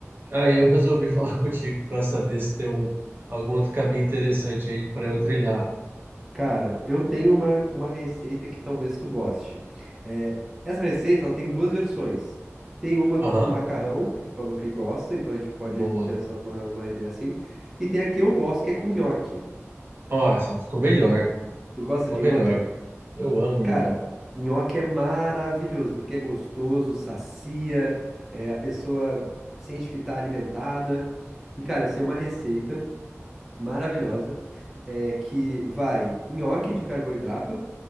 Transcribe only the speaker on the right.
Aí eu resolvi <laughs> falar contigo para saber se tem um, algum outro caminho interessante aí para eu trilhar.
Aham,
boa.
Nossa, ficou melhor.
Ficou
melhor.
Eu amo nhoque.